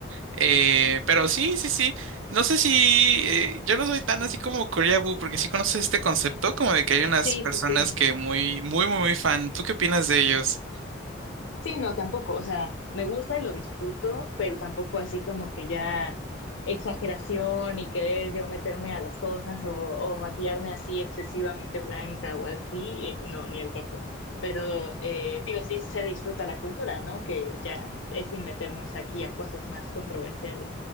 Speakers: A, on the right; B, on the left.
A: Eh, pero sí, sí, sí. No sé si eh, yo no soy tan así como Korea Boo, porque sí conoces este concepto, como de que hay unas
B: sí,
A: personas
B: sí, sí.
A: que muy, muy, muy, muy fan. ¿Tú qué opinas de ellos?
B: Sí, no, tampoco, o sea, me gusta y lo disfruto, pero tampoco así como que ya exageración y querer yo meterme a las cosas o, o maquillarme así excesivamente blanca o así, eh, no, ni al caso. Pero eh, digo, sí se disfruta la cultura, ¿no? Que ya es sin meternos aquí a cosas más controversiales.